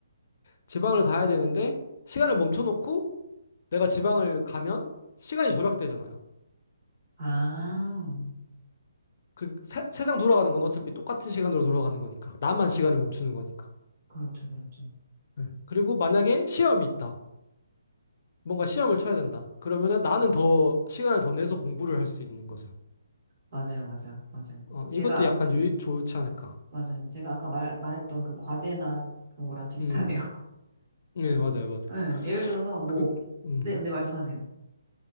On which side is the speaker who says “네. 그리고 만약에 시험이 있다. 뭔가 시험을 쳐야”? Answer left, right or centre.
Left